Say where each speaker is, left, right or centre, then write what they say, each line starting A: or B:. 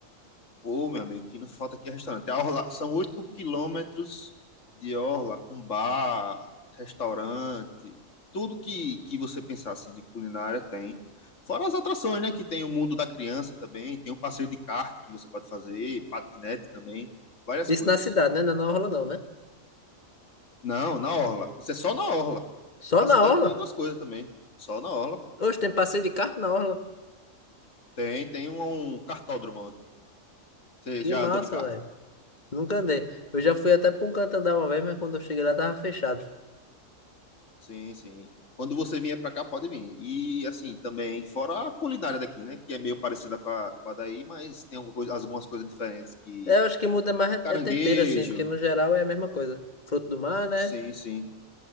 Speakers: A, on the left; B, on the left.
A: Ô, meu amigo, que não falta aqui é restaurante. A orla- são 8 quilômetros de orla, com bar, restaurante, tudo que, que você pensar assim de culinária tem. Fora as atrações, né? Que tem o mundo da criança também, tem o passeio de kart que você pode fazer, patinete também, várias
B: Isso
A: coisas.
B: na cidade, né? Não é na orla não, né?
A: Não, na orla. Isso é só na orla.
B: Só
A: Na
B: na
A: cidade
B: orla?
A: tem outras coisas também. Só na orla, pô.
B: Hoje tem passeio de carro na orla.
A: Tem, tem um, um kartódromo. Você
B: Que
A: já
B: massa,
A: andou de kart?
B: velho. Nunca andei. Eu já fui até pra um canto andar uma vez, mas quando eu cheguei lá tava fechado.
A: Sim, sim. Quando você vier para cá, pode vir. E assim, também, fora a culinária daqui, né? Que é meio parecida com a, com a daí, mas tem alguma coisa- algumas coisas diferentes que.
B: É, Eu acho que muda mais
A: Caranguejo.
B: é é tempero assim, porque no geral é a mesma coisa. Fruto do mar, né?
A: Sim, sim.